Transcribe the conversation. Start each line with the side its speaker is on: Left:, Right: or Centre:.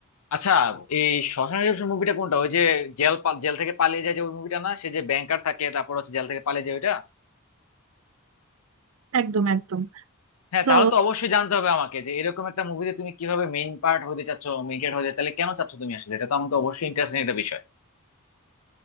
Left: আচ্ছা এই শশাঙ্ক রিডেম্পশন মুভিটা কোনটা ওই যে জেল পা- জেল থেকে পালিয়ে যায় যে ওই মুভিটা না সে যে ব্যাংকার থাকে তারপর হচ্ছে জেল থেকে পালিয়ে যায় ওইটা
Right: একদম একদম
Left: হ্যাঁ
Right: সো
Left: তাহলে তো অবশ্যই জানতে হবে আমাকে যে এরকম একটা মুভিতে তুমি কিভাবে মেইন পার্ট হতে চাচ্ছ মেইন ক্যারেক্টার হতে তাহলে কেন চাচ্ছ তুমি আসলে এটা তো আমাকে অবশ্যই ইন্টারেস্টিং একটা বিষয়